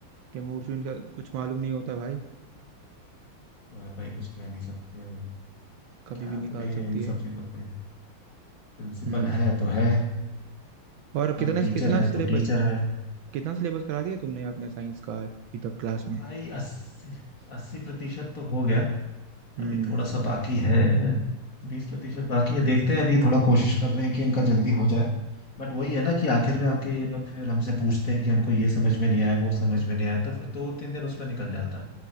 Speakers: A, on the right; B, on the left.
A: के मूड स्विंग का कुछ मालूम नहीं होता भाई
B: तो है भाई कुछ कह नहीं सकते हम।
A: कभी
B: क्या
A: भी निकाल
B: बोले
A: सकती
B: इन
A: है
B: सब चीजों पे प्रिंसिपल
A: हम्म
B: है तो है
A: और
B: हम
A: कितने
B: टीचर
A: कितना
B: है
A: सिलेबस
B: तो टीचर है
A: कितना सिलेबस करा दिया तुमने अपने साइंस का अभी तक क्लास में
B: भाई अस्सी अस्सी प्रतिशत तो हो गया
A: हम्म
B: अभी थोड़ा सा बाकी है बीस प्रतिशत बाकी है देखते हैं अभी थोड़ा कोशिश कर रहे हैं कि इनका जल्दी हो जाए बट वही है ना कि
A: हम्म
B: आखिर में आके ये लोग फिर हमसे पूछते हैं कि हमको ये समझ में नहीं आया वो समझ में नहीं आया तो फिर दो तीन दिन उसमें निकल जाता है